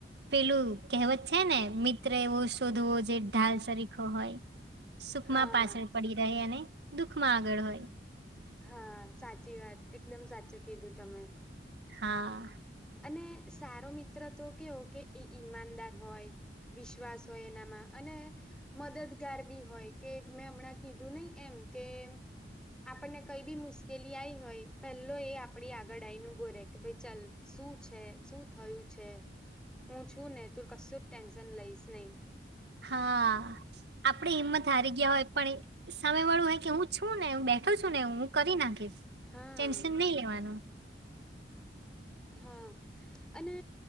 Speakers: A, on the right; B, in the centre.
A: પેલું કહેવત છે ને મિત્ર એવો શોધવો જે ઢાલ સરરીખો હોય સુખ
B: હા
A: માં પાછળ પડી રહે અને દુઃખ માં આગળ હોય
B: હા સાચી વાત, એકદમ સાચું કીધું તમે.
A: હા
B: અને સારો મિત્ર તો કેવો કે એ ઈમાનદાર હોય. વિશ્વાસ હોય એનામાં અને મદદગાર બી હોય કે મેં હમણાં કીધું નહી એમ કે આપણને કઈ બી મુશ્કેલી આઈ હોય પેલો એ આપડી આગળ આઈ ન બોરે કે ભાઈ ચાલ શું છે શું થયું છે હુ છુને, તુ કશુ જ ટેન્શન લઈશ નહી.
A: હા આપડે હિમત હારી ગયા હોય પણ સમય વાળું હોય કે હું છુને, હુ બેઠો છુને હુ કરી નાખીશ
B: હા
A: ટેન્શન નહી લેવાનુ
B: હા અને